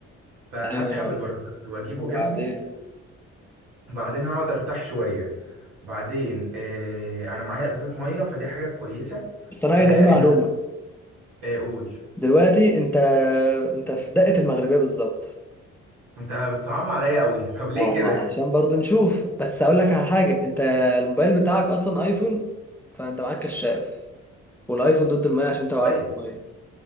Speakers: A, on the right; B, in the centre.
A: فهسحب
B: ايوه
A: الباراشوت واجيبه
B: وبعدين
A: جنبي وبعدين هقعد ارتاح شويه بعدين آه انا معايا ازازه ميه فدي حاجه كويسه
B: بس انا
A: آه
B: عايز اقول
A: احنا
B: معلومه
A: آه قول
B: دلوقتي انت انت في دقة المغربية بالظبط
A: انت بتصعبها عليا قوي <laughs> طب ليه
B: اه
A: كده
B: عشان برضه نشوف بس هقول لك على حاجة انت الموبايل بتاعك اصلا ايفون فانت معاك كشاف والايفون ضد المية عشان انت وقعت
A: كويس
B: في المية